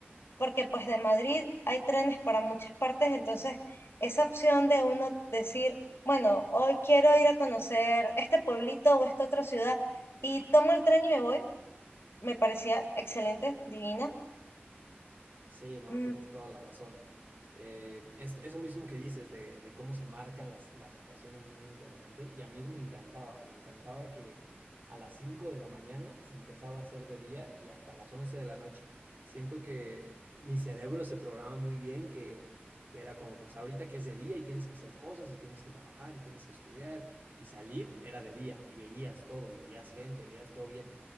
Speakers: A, on the left (about 75°); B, on the right (about 55°).
A: porque pues de Madrid hay trenes para muchas partes, entonces esa opción de uno decir, bueno, hoy quiero ir a conocer este pueblito o esta otra ciudad y tomo el tren y me voy, me parecía excelente, divina.
B: Sí, no,
A: Mm,
B: tienes toda la razón. Eh, es- eso mismo que dices de, de cómo se marcan las, las estaciones es muy interesante y a mí eso me encantaba, me encantaba que a las 5 de la mañana se empezaba a hacer de día y hasta las 11 de la noche. Siento que mi cerebro se programa muy bien, que, que era como pues ahorita que es de día y tienes que hacer cosas y tienes que trabajar y tienes que estudiar y salir era de día y veías todo y veías gente, veías todo bien.